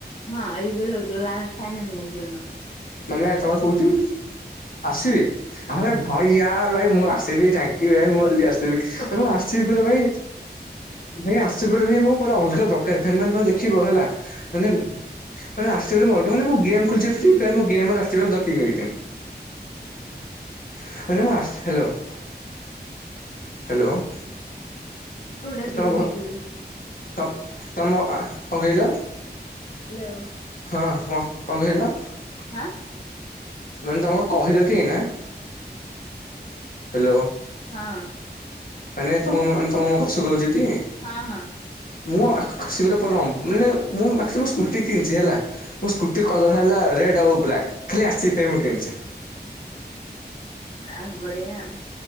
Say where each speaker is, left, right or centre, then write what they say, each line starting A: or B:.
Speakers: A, on the left; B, on the left.
A: ହଁ ଆଇ ପିଏଲ ଫାଇନ। ଜାଣିନ?
B: ମାନେ ତମର କୋଉଠି ଆସିବି ଆରେ ଭଇ ୟାର ଭାଇ ମୁଁ ଆସ <unintelligible> ଆସିବି ମୁଁ ଆସିବି ପୁର ଭାଇ ଭାଇ ଆସିବ ପ ଭାଇ ମୁଁ ପୁର ଅଲଗା ପ୍ରକାର ଫ ମାନେ ତମେ ଦେଖିବ ହେଲା ମାନେ। ମାନେ ଆସିବୋ ମାନେଁ ଗେମ୍ ଖୋଲିଛି ଫ୍ରି। <unintelligible>
A: ମୁଁ ଡାକି
B: ତମ
A: ପକେଇଛୁ।
B: ଭ ତମ ତମ କଣ କହିଲ?
A: ହ୍ୟାଲୋ।
B: ହଁ କୁହନ୍ତୁ କଣ କହିଲ?
A: ହାଁ।
B: ମାନେ ତମକୁ କହିଲ କି ଏଇନା। ହ୍ୟାଲୋ
A: ହଁ।
B: ମାନେ ତ ମେ ତମ ମ ଶୁଭୁଚିଟି।
A: ହଁ ହଁ
B: ମୁଁ ଆସିବାର ପରିଣ ମାନେ ମୁଁମ୍ ସ୍କୁଟି କିଣିଛି ହେଲା। ମଁ ସ୍କୁଟି କଦଳ ହେଲା ରେ ସବୁ ବ୍ଲାକ ଖାଲି ଆର ସି ପ୍ ପାଇଁ ମୁଁ ଖାଲି କିଣିଛି।
A: ଆ ବଢିଆ ଆଉ